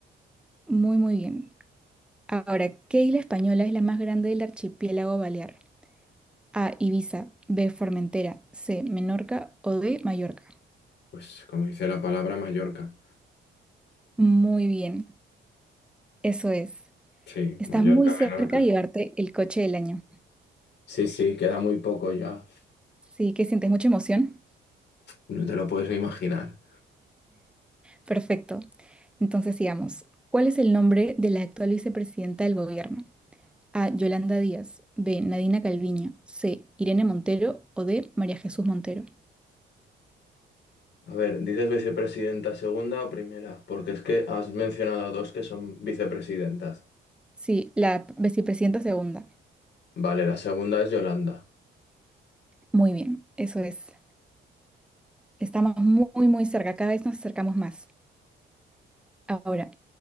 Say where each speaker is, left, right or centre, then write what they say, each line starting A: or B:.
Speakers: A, in the centre; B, on the left.
A: muy muy bien. Ahora, ¿qué isla española es la más grande del archipiélago balear? A, Ibiza, B, Formentera, C, Menorca o D, Mallorca.
B: Pues como dice la palabra, Mallorca.
A: Muy bien, eso es.
B: Sí,
A: Estás
B: Mallorca,
A: muy cerca
B: Menorca.
A: de llevarte el coche del año.
B: Sí, sí, queda muy poco ya.
A: Sí, que sientes mucha emoción.
B: No te lo puedes ni imaginar.
A: Perfecto. Entonces sigamos. ¿Cuál es el nombre de la actual vicepresidenta del gobierno? A, Yolanda Díaz, B, Nadina Calviño, C, Irene Montero o D, María Jesús Montero.
B: A ver, ¿dices vicepresidenta segunda o primera? Porque es que has mencionado dos que son vicepresidentas.
A: Sí, la vicepresidenta segunda.
B: Vale, la segunda es Yolanda.
A: Muy bien, eso es. Estamos muy, muy cerca, cada vez nos acercamos más. Ahora,